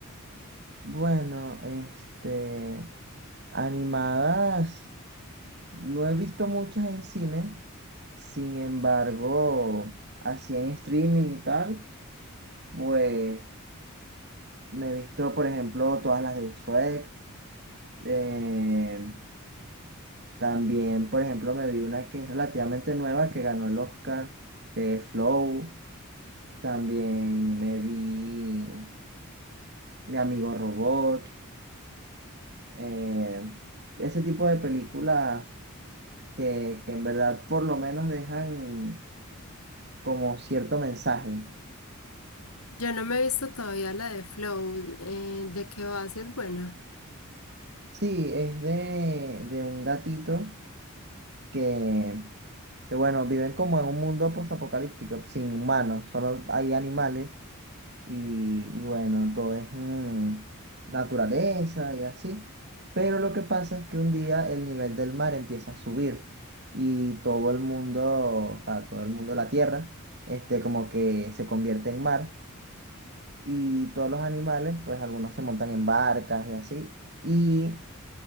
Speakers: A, on the right; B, on the left.
A: Bueno, este, animadas, no he visto muchas en cine, sin embargo, así en streaming y tal, pues me he visto, por ejemplo, todas las de Shrek, eh, también, por ejemplo, me vi una que es relativamente nueva, que ganó el Oscar, que es Flow, también me vi Mi Amigo Robot, eh, ese tipo de películas que, que en verdad por lo menos dejan como cierto mensaje.
B: Yo no me he visto todavía la de Flow. eh, ¿de qué va? Si es buena.
A: Sí, es de, de un gatito que, que, bueno, viven como en un mundo posapocalíptico, sin humanos, solo hay animales y, y bueno, todo es mm, naturaleza y así. Pero lo que pasa es que un día el nivel del mar empieza a subir y todo el mundo, o sea, todo el mundo, la tierra, este, como que se convierte en mar y todos los animales, pues algunos se montan en barcas y así, y